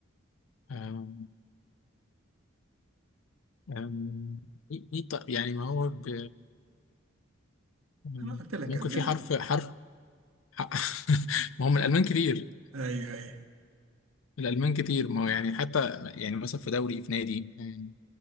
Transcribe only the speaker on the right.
انا قلت لك
الماني
ايوه ايوه